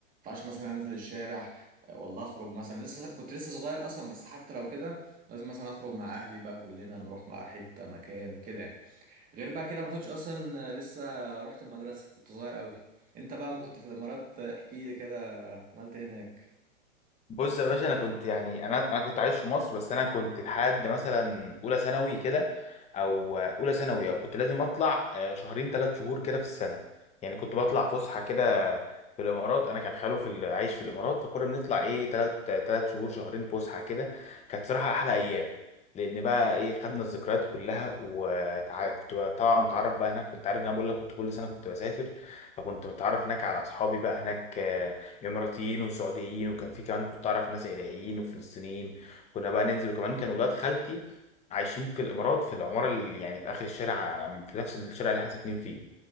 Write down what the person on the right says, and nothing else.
ما ينفعش مثلا انزل الشارع والله اخرج مثلا لسه كنت لسه صغير اصلا بس حتى لو كده لازم مثلا اخرج مع اهلي بقى كلنا نروح مع حته مكان كده يعني غير بقى كده ما كنتش اصلا لسه رحت المدرسه كنت صغير قوي انت بقى ما كنت في الامارات احكي لي كده عملت إيه هناك